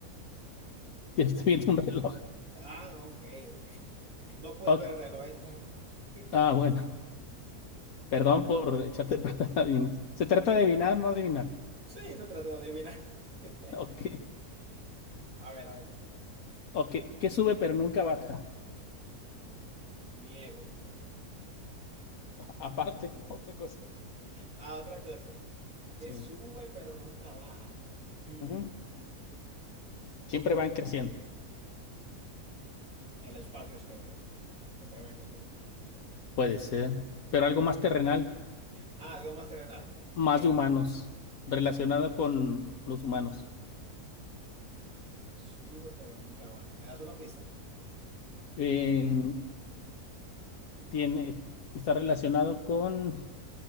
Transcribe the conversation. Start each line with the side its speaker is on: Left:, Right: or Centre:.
Left: Ya estoy viendo un reloj.
Right: Ah, ok, ok. No puedes
Left: Oh,
Right: ver el reloj, es trampa. <laughs>
Left: ah, bueno. Perdón por echarte <laughs> a perder la adivinanza. Se trata de adivinar, no adivinar.
Right: Sí, se trata de adivinar. <laughs>
Left: Ok,
Right: A ver, a ver tú.
Left: ok. ¿Qué sube pero nunca baja?
Right: mi ego.
Left: Aparte, <laughs> otra cosa.
Right: Ah, otra cosa. Que
Left: Sí.
Right: sube, pero nunca baja. Mm,
Left: Ujú. Siempre van creciendo.
Right: el espacio exterior. Siempre va en crecimiento.
Left: Puede ser. Pero algo más terrenal,
Right: Ah, algo más terrenal.
Left: más
Right: Ok,
Left: de humanos,
Right: más
Left: relacionado
Right: humanos.
Left: con los humanos.
Right: Sube pero nunca baja. ¿Me das una pista?
Left: Eh, tiene, está relacionado con